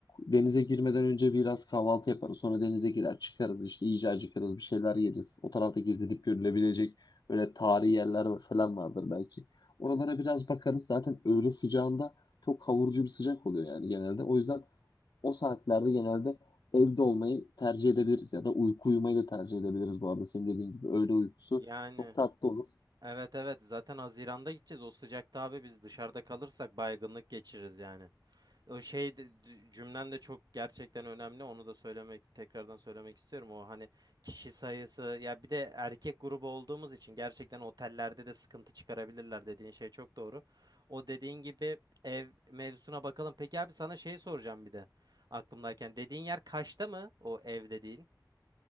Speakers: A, on the left; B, on the right.
A: denize girmeden önce biraz kahvaltı yaparız. Sonra denize girer çıkarız. İşte iyice acıkarız. Bir şeyler yeriz. O tarafta gezilip görülebilecek böyle tarihi yerler falan vardır belki. Oralara biraz bakarız. Zaten öğle sıcağında çok kavurucu bir sıcak oluyor yani genelde. O yüzden o saatlerde genelde evde olmayı tercih edebiliriz ya da uyku uyumayı da tercih edebiliriz bu arada. Senin dediğin gibi öğle uykusu
B: Yani
A: çok tatlı olur.
B: Evet evet zaten Haziran'da gideceğiz. O sıcakta abi biz dışarıda kalırsak baygınlık geçiririz yani. O şey de- d- cümlen de çok gerçekten önemli. Onu da söylemek tekrardan söylemek istiyorum. O hani kişi sayısı ya bir de erkek grubu olduğumuz için gerçekten otellerde de sıkıntı çıkarabilirler dediğin şey çok doğru. O dediğin gibi ev mevzusuna bakalım. Peki abi sana şey soracağım bir de aklımdayken. Dediğin yer Kaş'ta mı o ev dediğin?